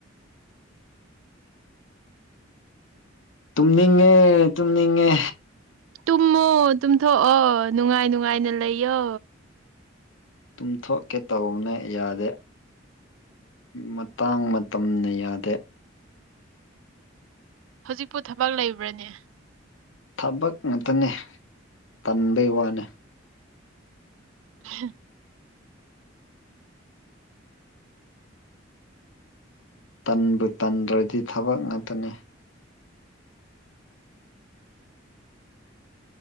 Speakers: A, on the left (about 80°); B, on the right (about 80°).
A: ꯇꯨꯝꯅꯤꯡꯉ ꯇꯨꯝꯅꯤꯡꯉ
B: ꯇꯨꯝꯃꯣ ꯇꯨꯝꯊꯣꯛꯑꯣ ꯅꯨꯡꯉꯥꯏ ꯅꯨꯡꯉꯥꯏꯅ ꯂꯩꯌꯣ
A: ꯇꯨꯝꯊꯣꯛꯀꯦ ꯇꯧꯕꯅꯦ ꯌꯥꯗꯦ ꯃꯇꯥꯡ ꯃꯇꯝꯝꯅ ꯌꯥꯗꯦ
B: ꯍꯧꯖꯤꯛꯄꯨ ꯊꯕꯛ ꯂꯩꯕ꯭ꯔꯅꯦ
A: ꯊꯕꯛ ꯉꯇꯅꯦ ꯇꯟꯕꯩ ꯋꯥꯅꯤ
B: <unintelligible>
A: ꯇꯟꯕꯨ ꯇꯟꯗ꯭ꯔꯗꯤ ꯊꯕꯛ ꯉꯥꯛꯇꯅꯤ